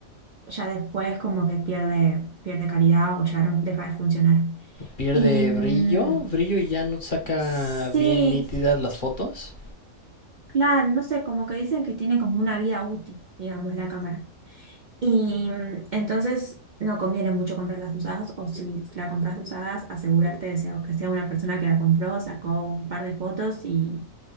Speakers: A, on the right; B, on the left.
A: Ya después como que pierde, pierde calidad o ya no deja de funcionar.
B: ¿Pierde
A: Y mm,
B: brillo? ¿Brillo y ya no saca
A: sí,
B: bien nítidas las fotos?
A: claro, no sé, como que dicen que tiene como una vida útil, digamos, la cámara. Y mm, entonces no conviene mucho comprarlas usadas, o si la compras usadas, asegurarte de sea- que sea una persona que la compró, sacó un par de fotos y,